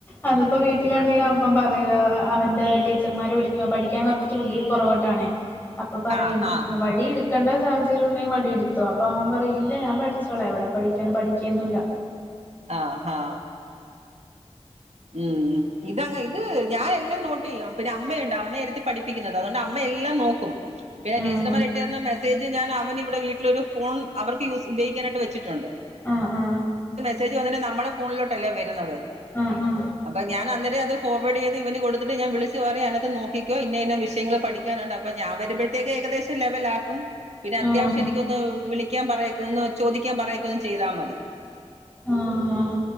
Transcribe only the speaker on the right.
ആഹ് ഹാ
ആഹ് ഹാ ഉം ഇതങ്ങ് ഇത് ഞാൻ എല്ലാം നോട്ട് ചെയ്യും പിന്നെ അമ്മയുണ്ട് അമ്മയ ഇരുത്തി പഠിപ്പിക്കുന്നത് അതുകൊണ്ട് അമ്മ എല്ലാം നോക്കും പിന്നെടീച്ചർമാര്
ഇട്ട് തരുന്ന മെസ് ത്യേകിച്ച് ഞാൻ അവനിവിടെ വീട്ടിലൊരു ഫോൺ അവർക്ക് യൂസ് ഉപയോഗിക്കാനായിട്ട് വെച്ചിട്ടുണ്ട്
സ്സേജ് വന്നിട്ട് നമ്മുടെ ഫോണിലോട്ടല്ലേ വരുന്നത്
അപ്പൊ ഞാൻ അന്നേരെ അത് ഫോർവേഡ് ചെയ്ത് ഇവന് കൊടുതിട്ട് ഞാൻ വിളിച്ച് പറയും അതിനത്ത് നോക്കിക്കോ ഇന്ന ഇന്ന വിഷയങ്ങള് പഠിക്കാനുണ്ട് അപ്പ ഞാൻ വരുമ്പഴ്ത്തേക്ക് ഏകദേശ ലെവലാക്കും പിന്നെ അത്യാവശ്യം
എനിക്കൊന്ന് വിളി ക്കാൻ പറയക്കൊന്നു ചോദിക്കാൻ പറയക്കൊന്ന് ചെയ്താ മതി